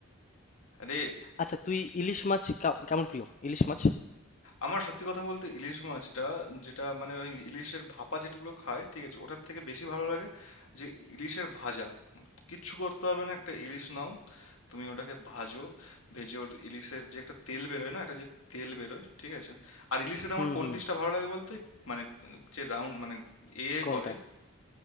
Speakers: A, on the left; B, on the left.
A: আরে
B: আচ্ছা তুই ইলিশ মাছ কা- কেমন প্রিয় ইলিশ মাছ
A: আমার সত্যি কথা বলতে ইলিশ মাছটা যেটা মানে ওই ইলিশের ভাপা যেগুলো খায় ঠিক আছে ওটার থেকে বেশি ভালো লাগে যে ইলিশের ভাজা কিচ্ছু করতে হবে না একটা ইলিশ নাও তুমি ওটাকে ভাজো ভেজে ওর ইলিশের যে একটা তেল বেরোয় না একটা যে তেল বেরোয় ঠিক আছে আর ইলিশের
B: হুম
A: আমার কোন
B: হুম
A: পিসটা ভালো লাগে বলতে মানে যে রাউন্ড মানে এ
B: কোনটা
A: করে